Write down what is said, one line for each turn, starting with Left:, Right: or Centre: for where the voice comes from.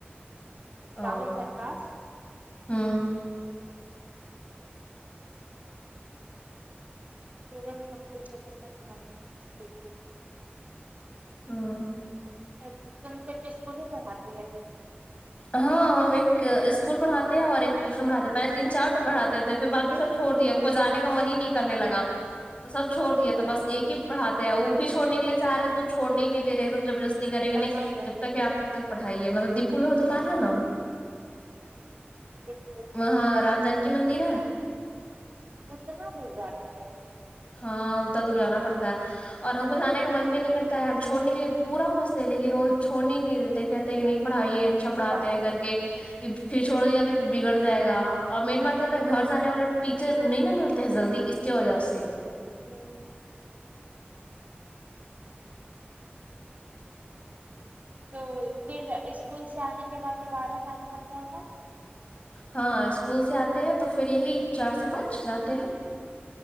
Left: او
Right: راہل سر پاس
Left: ہوں
Right: پ کمپلی چوپ <unintelligible>
Left: ہاں
Right: ایک دم سے ٹش اسکول ہی پڑھاتی ہے
Left: ہاں ہم ایک اسکول پڑھاتے ہیں اور ایک ٹیوشن پڑھاتے ہیں پہے تین چار پڑھاتے تھے پھر باقی سب چھوڑ دیا ہم کو جانے کا من ہی نہیں کرنے لگا تو سب چھوڑ دیا تو بس ایک ہی پڑھاتے ہیں وہ بھی چھوڑنے کے لیے چاہ رہے تو چھوڑنے نہیں دے ایک دم زبردست تی کرے گا نہیں
Right: کہاں پہ
Left: جب تک ہے آپ تب تک پڑھائیے مطلب دیپول دکان ہے نا
Right: کو
Left: وہاں رام جان کی مندر ہے
Right: اتنا دور جاتی ہے
Left: ہاں اتنا دور جانا پڑتا ہے اور ہم کو جانے کا من بھی نہیں کرتا ہے ہم چھوڑنے کے لیے پورا خوشتے ہیں لیکن وہ چھڑنے ہی نہیں دیتے کہتے کی نہیں پڑھائی اچھا
Right: جو
Left: پڑھاتے
Right: با-
Left: ہیں کر کے کےپھر چھوڑ دے گا تو پھر بگڑ جائے گا اور مین بات ہے نا گھر جانے والا ٹیچر نہیں نا ملتے ہیں جلدی اس کی وجہ سے
Right: ہوں <unintelligible> تو پھر اسکول سے آنے کے بعد دوبارہ جانا پڑتا ہوگا
Left: ہاں اسکول سے آتے ہیں تو پھر یہی چار سے پانچ جاتے ہیں